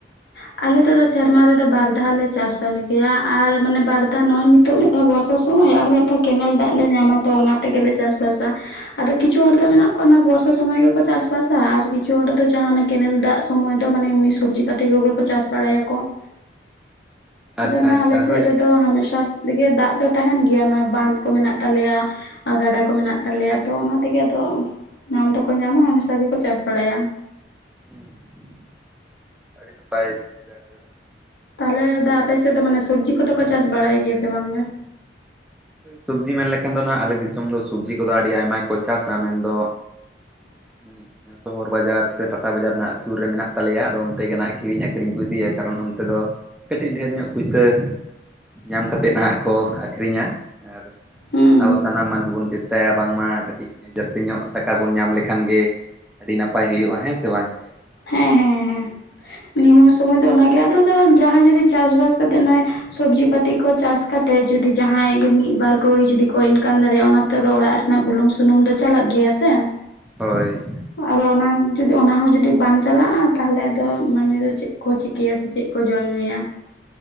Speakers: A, on the left; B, in the centre.
A: ᱟᱞᱮᱛᱚ ᱥᱮᱨᱢᱟ ᱨᱮᱫᱚ ᱵᱟᱨ ᱫᱷᱟᱣ ᱞᱮ ᱪᱟᱥ ᱵᱟᱥ ᱜᱮᱭᱟ ᱟᱨ ᱢᱟᱱᱮ ᱵᱟᱨ ᱫᱷᱟᱣ ᱱᱚᱜᱚᱭ ᱱᱤᱛᱼᱼ ᱱᱤᱛᱚᱜ ᱢᱤᱫ ᱫᱷᱟᱣ ᱵᱚᱨᱥᱟ ᱥᱚᱢᱚᱭ ᱟᱨ ᱢᱤᱫ ᱫᱷᱟᱣ ᱠᱮᱱᱮᱞ ᱫᱟᱜ ᱞᱮ ᱧᱟᱢᱟ ᱛᱚ ᱚᱱᱟ ᱛᱮᱜᱮᱞᱮ ᱪᱟᱥ ᱵᱟᱥᱼᱟ ᱾ ᱟᱫᱚ ᱠᱤᱪᱷᱩ ᱦᱚᱲ ᱫᱚ ᱢᱮᱱᱟᱜ ᱠᱚᱣᱟ ᱵᱚᱨᱥᱟ ᱥᱩᱚᱢᱚᱭ ᱜᱮᱠᱚ ᱪᱟᱥᱵᱟᱥᱟ ᱟᱨ ᱠᱤᱪᱷᱩ ᱦᱚᱲ ᱫᱚ ᱡᱟᱦᱱᱟᱜ ᱠᱮᱱᱮᱞ ᱫᱟᱜ ᱥᱚᱢᱚᱭ ᱫᱚ ᱢᱟᱱᱮ ᱮᱢ ᱩᱱᱤ ᱥᱚᱵᱽᱡᱤ ᱯᱟᱟᱹᱛᱤ ᱠᱚᱜᱮ ᱠᱚᱼᱼ ᱪᱟᱥ ᱵᱟᱲᱟᱭᱟᱠᱚ
B: ᱟᱪᱪᱷᱟ
A: ᱟᱫᱚ ᱱᱚᱣᱟ
B: ᱟᱪᱪᱷᱟ
A: ᱟᱞᱮ ᱥᱮᱫ
B: ᱦᱳᱭ
A: ᱨᱮ ᱫᱚᱼᱼ ᱛᱚ ᱦᱟᱢᱮᱥᱟ ᱛᱮᱜᱮ ᱫᱟᱜ ᱫᱚ ᱛᱟᱦᱮᱱ ᱜᱮᱭᱟ ᱱᱚᱜᱚᱭ ᱵᱟᱸᱫᱷ ᱠᱚ ᱢᱮᱱᱟᱜ ᱛᱟᱞᱮᱭᱟ᱾ ᱜᱟᱰᱟ ᱠᱚ ᱢᱮᱱᱟᱜ ᱛᱟᱞᱮᱭᱟ ᱟᱫᱚ ᱚᱱᱟ ᱛᱮᱜᱮ ᱟᱫᱚ ᱧᱟᱢ ᱫᱚᱠᱚ ᱧᱟᱢᱟ ᱦᱟᱢᱮᱥᱟ ᱜᱮᱠᱚ ᱪᱟᱥ ᱵᱟᱲᱟᱭᱟ ᱾
B: <unintelligible> ᱟᱹᱰᱤ ᱱᱟᱯᱟᱭ ᱡᱟᱠ ᱜᱮ᱾
A: ᱛᱟᱦᱚᱞᱮ
B: ᱱᱟᱜ
A: ᱫᱟ ᱟᱯᱮᱥᱮᱫ
B: ᱵᱟᱨ
A: ᱫᱚ ᱢᱟᱱᱮ ᱥᱚᱵᱽᱡᱤ ᱠᱚᱫᱚ ᱠᱚ ᱪᱟᱥ ᱵᱟᱲᱟᱭ ᱜᱮᱭᱟ ᱥᱮ ᱵᱟᱝ ᱫᱟ?
B: ᱥᱚᱵᱽᱡᱤ ᱢᱮᱱ ᱞᱮᱠᱷᱟᱱ ᱫᱚ ᱦᱟᱜ ᱟᱞᱮ ᱫᱤᱥᱚᱢ ᱫᱚ ᱥᱚᱵᱽᱡᱤ ᱠᱚᱫᱚ ᱟᱹᱰᱤ ᱟᱭᱢᱟ ᱠᱚ ᱪᱟᱥᱟ ᱢᱮᱱᱫᱚ
A: <unintelligible>
B: <unintelligible> ᱥᱚᱦᱚᱨ ᱵᱟᱡᱟᱨ ᱥᱮ ᱴᱟᱴᱟ ᱵᱟᱡᱟᱨ ᱱᱟᱜ ᱥᱩᱨ ᱨᱮ ᱢᱮᱱᱟᱜ ᱛᱟᱞᱮᱭᱟ ᱟᱫᱚ ᱚᱱᱛᱮ ᱜᱮ ᱱᱟᱜ ᱠᱤᱨᱤᱧ ᱟᱹᱠᱷᱨᱤᱧ ᱠᱚ ᱤᱫᱤᱭᱟ ᱠᱟᱨᱚᱱ ᱚᱱᱛᱮ ᱫᱚ ᱠᱟᱹᱴᱤᱡ ᱰᱷᱮᱨ ᱧᱚᱜ ᱯᱩᱭᱥᱟᱹ ᱧᱟᱢ ᱠᱟᱛᱮᱫ ᱦᱟᱸᱜ ᱠᱚ ᱟᱹᱠᱷᱨᱤᱧᱟ ᱾ ᱟᱨ
A: ᱦᱩᱸ
B: ᱟᱵᱚ ᱥᱟᱱᱟᱢ ᱢᱟᱹᱱᱢᱤ ᱵᱚᱱ ᱪᱮᱥᱴᱟᱭᱟ ᱵᱟᱝᱢᱟ ᱠᱟᱹᱴᱤᱡ ᱡᱟᱹᱥᱛᱤ ᱧᱚᱜ ᱴᱟᱠᱟ ᱵᱚᱱ ᱧᱟᱢ ᱞᱮᱠᱷᱟᱱ ᱜᱮ ᱟᱹᱰᱤ ᱱᱟᱯᱟᱭ ᱦᱩᱭᱩᱜ-ᱟ᱾ ᱦᱮᱸᱥᱮ ᱵᱟᱝ ᱾
A: ᱦᱮᱸ ᱦᱮᱸ ᱦᱮᱸ ᱱᱩᱣᱟᱹ ᱥᱚᱢᱚᱭ ᱫᱚ ᱚᱱᱟᱜᱮ ᱟᱫᱚ ᱫᱟ ᱡᱟᱦᱟᱸᱭ ᱡᱩᱫᱤ ᱪᱟᱥ ᱵᱟᱥ ᱠᱟᱛᱮᱜ ᱱᱚᱜ-ᱚᱭ ᱥᱚᱵᱽᱡᱤ ᱯᱟᱹᱛᱤ ᱠᱚ ᱪᱟᱥ ᱠᱟ ᱛᱮ ᱡᱩᱫᱤ ᱡᱟᱦᱟᱸᱭ ᱜᱮ ᱢᱤᱫ ᱵᱟᱨ ᱠᱟᱹᱣᱲᱤ ᱡᱩᱫᱤ ᱠᱚ ᱤᱱᱠᱟᱢ ᱫᱟᱲᱮᱭᱟᱜ-ᱟ᱾ ᱚᱱᱟ ᱛᱮ ᱚᱲᱟᱜ ᱨᱮᱱᱟᱜ ᱵᱩᱞᱩᱝ ᱥᱩᱱᱩᱢ ᱫᱚ ᱪᱟᱞᱟᱜ ᱜᱮᱭᱟ ᱥᱮ ᱾
B: ᱦᱳᱭ᱾
A: ᱟᱫᱚ ᱚᱱᱟ ᱡᱩᱫᱤ ᱚᱱᱟ ᱦᱚᱸ ᱡᱩᱫᱤ ᱵᱟᱝ ᱪᱟᱞᱟᱜ-ᱟ᱾ ᱛᱟᱦᱚᱞᱮ ᱟᱫᱚ ᱢᱟᱱᱮ ᱫᱚ ᱪᱮᱜ ᱠᱚ ᱪᱤᱠᱟᱹᱭᱟ ᱥᱮ ᱪᱮᱜ ᱠᱚ ᱡᱚᱢ ᱧᱩᱭᱟ ᱾